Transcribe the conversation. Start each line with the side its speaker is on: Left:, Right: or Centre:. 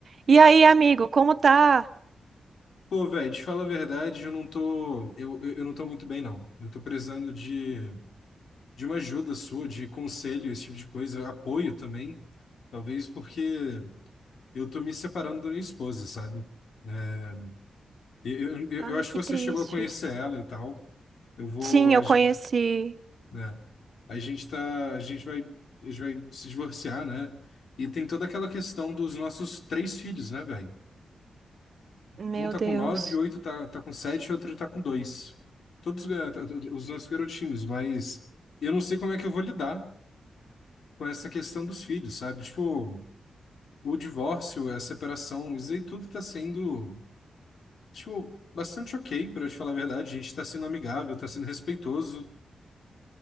Right: E aí, amigo, como tá?
Left: Pô, velho, te falo a verdade, eu não tô, eu, eu eu não tô muito bem, não. Eu tô precisando de, de uma ajuda sua, de conselho, esse tipo de coisa, apoio também, talvez porque eu tô me separando da minha esposa, sabe? É, Eu, eu, eu
Right: Ai,
Left: eu acho
Right: que
Left: que você
Right: triste.
Left: chegou a conhecer ela e tal. Eu vou,
Right: Sim,
Left: a
Right: eu
Left: gente,
Right: conheci.
Left: né? A gente tá, a gente vai, a gente vai se divorciar, né? E tem toda aquela questão dos nossos três filhos, né, velho?
Right: Meu
Left: Um tá
Right: Deus.
Left: com nove, oito tá, tá com sete, outro tá com dois. Todos ga- t- t- os nossos garotinhos, mas eu não sei como é que eu vou lidar com essa questão dos filhos, sabe? Tipo, o divórcio, a separação, isso aí tudo tá sendo, tipo, bastante ok, pra te falar a verdade. A gente tá sendo amigável, tá sendo respeitoso.